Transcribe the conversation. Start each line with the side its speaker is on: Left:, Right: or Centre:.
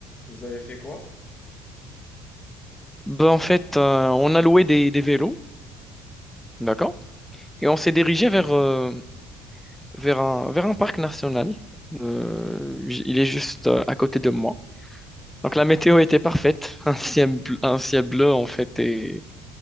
Left: Vous avez fait quoi?
Centre: Ben, en fait, euh, on a loué des, des vélos, d'accord? Et on s'est dirigé vers, euh, vers un, vers un parc national. Euh, j- il est juste euh, à côté de moi. Donc la météo était parfaite, <laughs> un ciel bleu, un ciel bleu en fait, et,